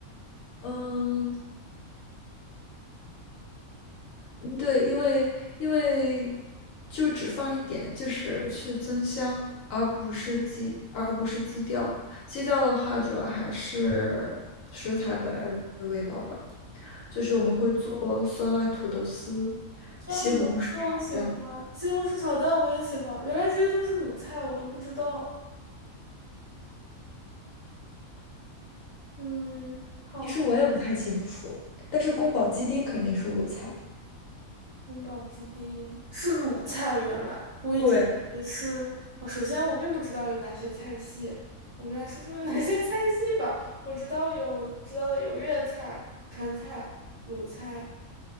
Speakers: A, on the left; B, on the right.
A: 嗯，嗯对，因为因为就只放一点，就是去增香，而不是基，而不是基调。基调的话，主要还是食材本来的味道吧。就是我们会做酸辣土豆丝、
B: 酸辣土豆丝我喜欢，
A: 西红柿炒蛋，
B: 西红柿炒蛋我也喜欢。原来这些都是鲁菜，我都不知道。嗯，好吧。
A: 其实我也不太清楚，但是宫保鸡丁肯定是鲁菜。
B: 宫保鸡丁是鲁菜，原来我一直以为是。
A: 对，
B: 哦，首先我并不知道有哪些菜系，我们来说说有哪些 <laughs> 菜系吧。我知道有知道的有粤菜、川菜、鲁菜、